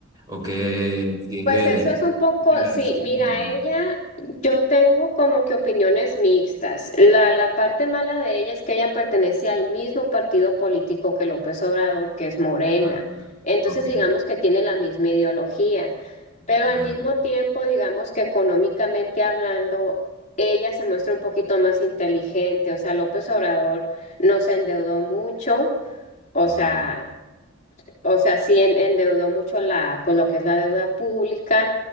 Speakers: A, on the right; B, on the left.
A: o qué, si es
B: Pues
A: de
B: eso
A: derecha,
B: es un poco,
A: izquierda,
B: sí,
A: del centro?
B: mira, ella, yo tengo como que opiniones mixtas. La, la parte mala de ella es que ella pertenece al mismo partido político que López Obrador, que es Morena.
A: Ah,
B: Entonces,
A: ok,
B: digamos que tiene la misma ideología, pero
A: claro,
B: al mismo tiempo, digamos que económicamente hablando, ella se muestra un poquito más inteligente. O sea, López Obrador no se endeudó mucho. O
A: ajá.
B: sea, o sea, sí en- endeudó mucho la, pues lo que es la deuda pública.